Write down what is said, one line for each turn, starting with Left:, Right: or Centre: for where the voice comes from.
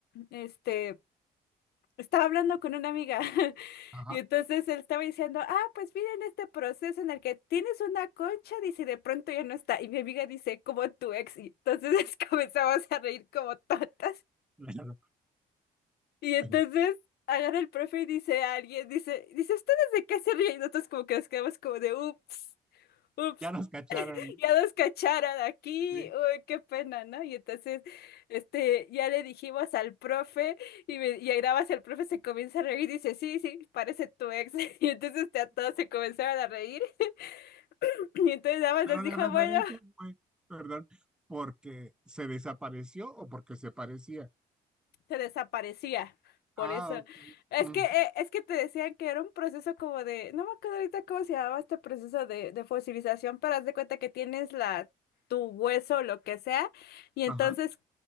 Left: este estaba hablando con una amiga <laughs>
Centre: ajá.
Left: y entonces él estaba diciendo, ah, pues miren este proceso en el que tienes una concha, dice, y de pronto ya no está. Y mi amiga dice, como tu ex. Y entonces <laughs> comenzamos a reír como tontas.
Centre: claro.
Left: Y entonces
Centre: <laughs>
Left: agarra el profe y dice a alguien, dice, dice, ¿ustedes de qué se ríen? Y nosotros como que nos quedamos como de, ups, ups
Centre: Ya nos cacharon, ¿no?
Left: ya nos cacharon aquí,
Centre: Sí.
Left: uy, qué pena, ¿no? Y entonces, este, ya le dijimos al profe y, me, y ahí nada más el profe se comienza a reír y dice, sí, sí, parece tu ex. <laughs> Y entonces este, a todos se comenzaron a reír <clears throat> y entonces nada más
Centre: Pero
Left: nos dijo,
Centre: la referencia
Left: bueno.
Centre: fue, perdón, porque se desapareció o porque se parecía.
Left: se desaparecía. Por
Centre: Ah,
Left: eso,
Centre: ok.
Left: es
Centre: Mm,
Left: que, eh, es que te decían que era un proceso como de, no me acuerdo ahorita cómo se llamaba este proceso de, de fosilización, pero haz de cuenta que tienes la, tu hueso o lo que sea, y entonces
Centre: ajá.